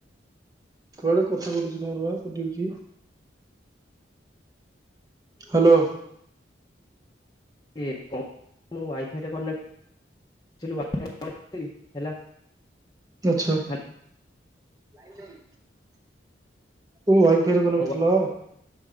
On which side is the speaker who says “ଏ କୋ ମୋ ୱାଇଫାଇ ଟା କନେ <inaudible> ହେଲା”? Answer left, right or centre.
Left